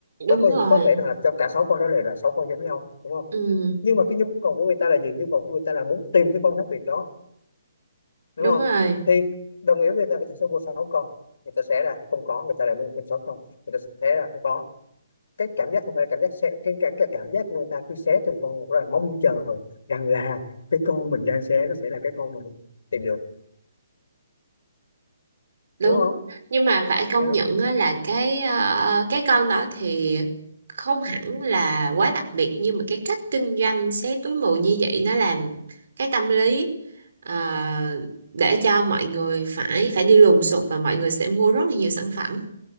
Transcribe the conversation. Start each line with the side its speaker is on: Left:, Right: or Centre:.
Right: đúng
Left: bởi có
Right: rồi.
Left: có thể là trong cả sáu con đó là là sáu con giống nhau đúng không
Right: Ừ,
Left: nhưng mà cái nhu cầu của người ta là gì nhu cầu của người ta là muốn tìm cái con khác biệt đó đúng
Right: đúng
Left: không
Right: rồi.
Left: thì đồng nghĩa với việc là người ta sẽ mua sáu con người ta sẽ là không có người ta lại mua thêm sáu con người ta sẽ là không có cái cảm giác không phải là cảm giác sẽ cái, cái, cái cảm giác người ta khi xé từng con rất là mong chờ rằng là cái con mình đang xé nó sẽ là cái con mà mình tìm được
Right: đúng
Left: đúng không
Right: nhưng mà phải công
Left: đó
Right: nhận á, là cái ờ, ờ, cái con đó thì không hẳn là quá đặc biệt nhưng mà cái cách kinh doanh xé túi mù như vậy nó làm cái tâm lý ờ, để cho mọi người phải phải đi lùng sục và mọi người sẽ mua rất là nhiều sản phẩm